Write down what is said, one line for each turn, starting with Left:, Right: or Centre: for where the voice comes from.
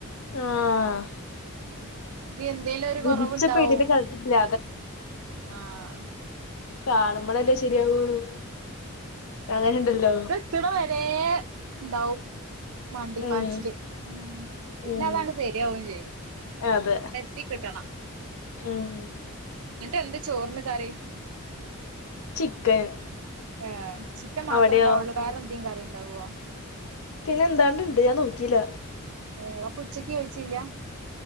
Left: ആഹ്
Right: ഉം ഇത് എന്തേലും ഒരു
Left: വിധിച്ച
Right: കൊറവുണ്ടാവും
Left: പെണ്ണിനെ കണ്ടിട്ടില്ല
Right: ആഹ്
Left: കാണുമ്പോളല്ലേ ശെരിയാവുള്ളു അങ്ങനൊണ്ടല്ലോ
Right: ത്തണ വരേ ഇണ്ടാവും മണ്ടിപ്പാച്ചില്
Left: ഉം
Right: ഉം പിന്നെ
Left: ഉം
Right: അതങ്ങ് ശരിയാവുവേയും ചെയ്യും
Left: അതെ
Right: ത്തി കിട്ടണം
Left: ഉം
Right: എന്നിട്ട് എന്താ ചോറിന് കറി
Left: ചിക്കൻ
Right: ഏ ചിക്കൻ മാത്രേ
Left: അവിടെയോ
Right: ഉണ്ടാവൊള്ളോ വേറെ എന്തേലും കറി ഉണ്ടാവോ
Left: പിന്നെ എന്താണ്ട് ഉണ്ട് ഞാൻ നോക്കിയില്ല
Right: ഏ അപ്പൊ ഉച്ചക്ക് കഴിച്ചില്ല